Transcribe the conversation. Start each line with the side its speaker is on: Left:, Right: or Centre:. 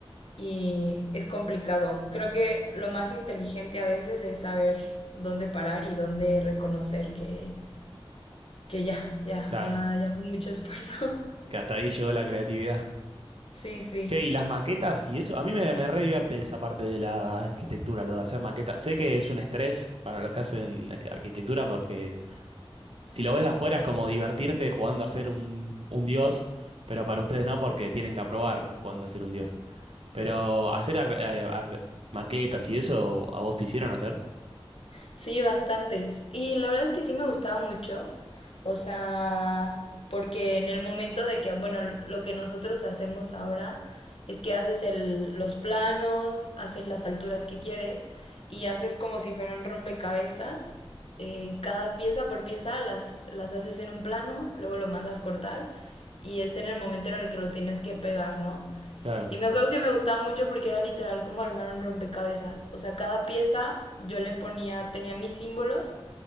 Left: y es complicado. Creo que lo más inteligente a veces es saber dónde parar y dónde reconocer que que ya, ya,
Right: claro,
Left: ya, ya fue mucho esfuerzo. <laughs>
Right: que hasta ahí llegó la creatividad.
Left: Sí, sí.
Right: Che, y las maquetas y eso, a mí me, me re divierte esa parte de la arquitectura, lo de hacer maquetas. Sé que es un estrés para los que hacen este, arquitectura porque Si lo ves de afuera es como divertirte jugando a ser un, un dios, pero para ustedes no, porque tienen que aprobar jugando a ser un dios. Pero hacer ar- eh, ar- maquetas y eso, ¿a vos te hicieron hacer?
Left: Sí, bastantes. Y la verdad es que sí me gustaba mucho. O sea, porque en el momento de que, bueno, lo que nosotros hacemos ahora es que haces el- los planos, haces las alturas que quieres y haces como si fueran rompecabezas. Eh, cada pieza por pieza las, las haces en un plano, luego lo mandas cortar y es en el momento en el que lo tienes que pegar, ¿no?
Right: Claro,
Left: Y me acuerdo que me gustaba mucho porque era literal como armar un rompecabezas. O sea, cada pieza yo le ponía, tenía mis símbolos